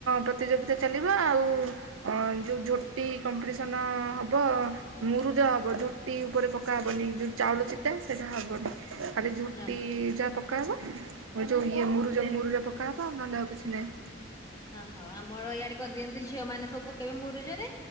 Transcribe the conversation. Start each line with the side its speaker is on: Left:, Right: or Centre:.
Right: ପ୍ରତିଯୋଗିତା ଚାଲିବ ଆଉ ଅ ଯଉ ଝୋଟି କମ୍ପିଟିସନ ହବ। ମୁରୁଜ ହବ ଝୋଟି ଉପରେ ପକାହବନି ଯୋଉ ଚାଉଳ ଚିତା ସେଇଟା ହବନି। ଖାଲି ଝୋଟି
Left: ଓହୋ
Right: ଯାହା ପକା ହବ ଯୋଉ ଇ ମୁରୁଜ ମୁରୁଜ ପକାହବ ନହେଲେ ଆଉ କିଛି ନାହିଁ।
Left: ଓହୋ, ଆମର ଇଆଡେ କରିଦିଅନ୍ତିୁ ଝିଅ ମାନେ ସବୁ ପକେଇବେ ମୁରୁଜରେ।